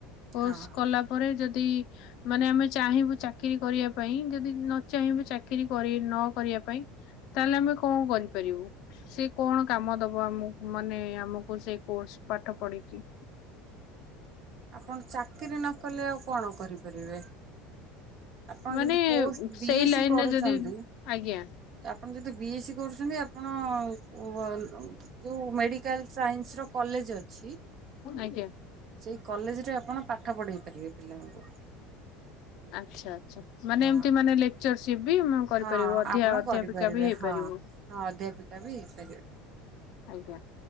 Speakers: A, on the left; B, on the right.
A: କୋର୍ସ
B: ହଁ
A: କଲା ପରେ ଯଦି ମାନେ ଆମେ ଚାହିଁବୁ ଚାକିରୀ କରିବା ପାଇଁ ଯଦି ନ ଚାହିଁବୁ ଚାକିରୀ ନ କରିବା ପାଇଁ ତାହେଲେ ଆମେ କଣ କରିପାରିବୁ ସେ କଣ କାମ ଦବ ଆମକୁ ମାନେ ଆମକୁ ସେ କୋର୍ସ ପାଠ ପଢିକି
B: ଆପଣ ଚାକିରିୀ ନ କଲେ ଆଉ କଣ କରିପାରିବେ? ଆପଣ
A: ମାନେ
B: ଯଦି ପୋଷ୍ଟ ବିଏସି
A: ସେଇ ଲାଇନରେ
B: କରୁଛନ୍ତି
A: ଯଦି ଆଜ୍ଞା।
B: ଆପଣ ଯଦି ବିଏସି କରୁଛନ୍ତି ଆପଣ ଯୋଉ ମେଡିକାଲ ସାଇନ୍ସ ର କଲେଜ ଅଛି।
A: ଆଜ୍ଞା।
B: ସେଇ କଲେଜ ରେ ଆପଣ ପାଠ ପଢେଇ ପାରିବେ ପିଲାମାନଙ୍କୁ।
A: ଆଚ୍ଛା ଆଚ୍ଛା ମାନେ
B: ହଁ
A: ଏମିତି ମାନେ ଲେ ଟିଚର ସିପ ବି କରିପାରିବୁ
B: ହଁ
A: ଅଧ୍ୟାପିକା
B: ଆପଣ କରିପାରିବେ
A: ବି ହେଇପାରିବ।
B: ହଁ ହଁ ଅଧ୍ୟାପିକା ବି ହେଇପାରିବେ।
A: ଆଜ୍ଞା